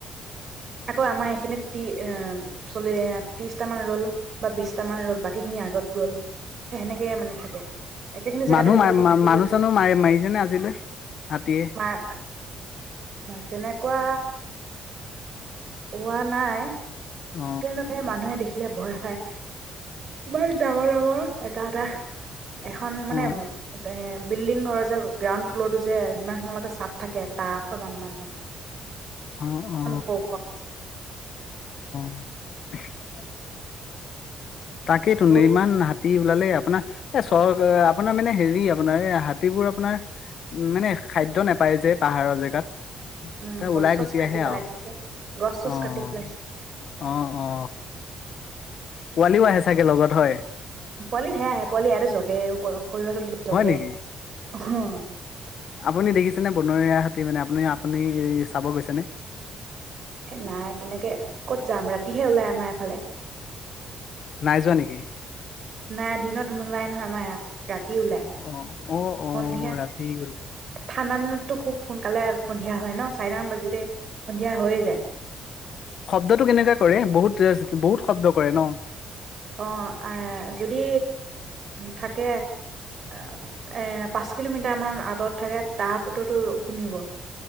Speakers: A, on the right; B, on the left.
A: আকৌ আমাৰ এইখিনিত আহ চল ত্ৰিশটা মান ৰ'ল বা বিশটামান ৰ'ল বাকীখিনি আগত গ'ল সেনেকে মানে থাকে একেখিনি জেগাতে
B: মানুহ
A: গোটেই সোপা
B: ম
A: থাকিবলৈ
B: মানুহ চানুহ মাৰি মাৰিছেনে আজিলৈ হাতীয়ে
A: মাৰ তেনেকুৱা হোৱা নাই
B: অ',
A: তেনে মানুহে দেখি বোলে ভয় খায় ইমান ডাঙৰ ডাঙৰ এটা এটা এখন মানে
B: অ',
A: এ বিল্ডিঙৰ যে গ্ৰাউণ্ড ফ্ল'ৰ টো যে যিমান সমলকে চফ থাকে তাৰ সমান মান হয়
B: অ অ
A: ক ক
B: <inaudible> তাকেই তো
A: বহুত
B: নে ইমান হাত তি ওলালেই আপোনাৰ এ চ আপোনাৰ মানে হেৰি আপোনাৰ এই হাতীবোৰ আপোনাৰ মানে খাদ্য নেপায় যে পাহাৰৰ জেগাত
A: উম
B: তাই
A: গছ
B: ওলাই
A: চছ
B: গুচি
A: কাটি
B: আহ আহে
A: পেলাইছে
B: আৰু
A: যে গছ চছ
B: আহ
A: কাটি পেলাইছে
B: আহ অ পোৱালিও আহে চাগে লগত হয়
A: পোৱালি সেয়া আহে পোৱালি ইয়াতে জগে সৰিয়হৰ পাল জগে
B: হয় নেকি?
A: হ
B: আপুনি দেখিছেনে বনৰীয়া হাতী মানে আপুনি আপুনি এই চাব গৈছেনে
A: এ নাই তেনেকে কত যাম ৰাতিহে ওলাই আমাৰ এফালে
B: নাই যোৱা নেকি
A: নাই দিনত নোলাই নহয় আমাৰ ইয়াত ৰাতি ওলাই
B: অ অ অ
A: সন্ধিয়া
B: ৰাতি গল
A: ঠাণ্ডা দিনত খুব সোনকালে সন্ধিয়া হয় ন চাৰিটা মান বাজোতে সন্ধিয়া হৈয়ে যায়
B: শব্দটো কেনেককা কৰে বহুত বহুত শব্দ কৰে ন
A: অ যদি থাকে এ পাঁচ কিলোমিটাৰমানান আঁতৰত থাকে তাতো শুনিব